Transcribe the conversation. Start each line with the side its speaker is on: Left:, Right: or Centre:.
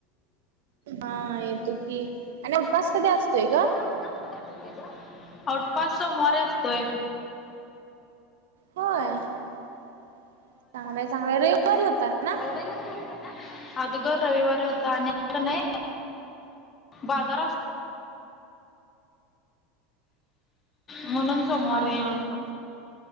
Right: हा येतो की आणि उपस कधी असतोय ग
Left: उपवास कधी असतोय ग उपवास सोमवारी असतोय.
Right: होय चागलं हाय चागलं हाय रविवारी होता ना
Left: रविवारी होता ना आदोगर रविवारी होता. आणि आता कनय बाजार असतो <inaudible> म्हणून सोमवारी
Right: हा हा हा